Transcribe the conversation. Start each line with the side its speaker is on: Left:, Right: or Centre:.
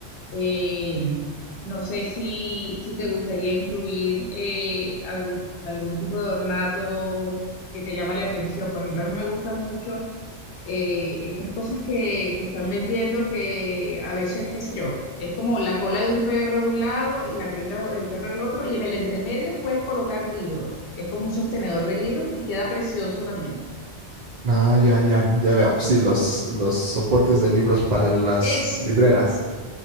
Left: eh, no sé si, si te gustaría incluir eh, algún, algún tipo de ornato que te llama la atención. Por ejemplo, a mí me gustan mucho eh, estas cosas que, que están vendiendo que a veces, qué sé yo, es como la cola de un perro de un lado y la carita del perro del otro y en el entremedio puedes colocar libros. Es como un sostenedor de libros y queda precioso también.
Right: Ah, ya, ya, ya veo. Sí, los, los soportes de libros para las
Left: Eso,
Right: libreras.